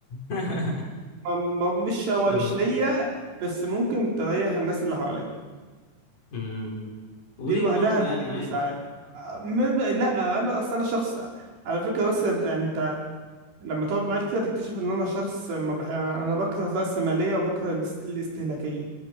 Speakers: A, on the left; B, on the right.
A: <laughs>
B: ما ما- مش هو
A: آه،
B: مش ليا بس ممكن تريح الناس اللي حواليا
A: أمم. وليك
B: دي لوحدها
A: برضو
B: هتجيب
A: يعني عادي
B: لي ساعات م- لا انا اصلا انا شخص على فكره بس انت, انت لما تقعد معايا كتير هتكتشف ان انا شخص ما بح... انا بكره الرأسماليه وبكره الاست- الاستهلاكيه